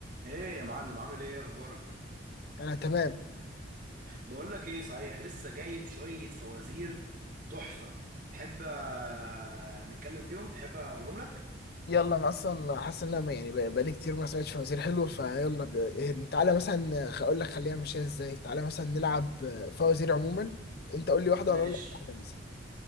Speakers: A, on the right (about 45°); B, on the left (about 50°).
A: ايه يا معلم عامل ايه إيه اخبارك
B: انا تمام
A: بقول لك ايه صحيح لسه جايب شوية فوازير تحفة تحب آه، نتكلم فيهم تحب اقولهم لك
B: يلا انا اصلا حاسس ان انا يعني بقى- بقالي كتير ما سمعتش فوازير حلو فيلا ب... إيه، تعالى مثلا خ- اقول لك خلينا نمشيها ازاي تعالى مثلا نلعب فوازير عموما انت قول لي واحده وانا
A: ماشي
B: اقول لك واحده مثلا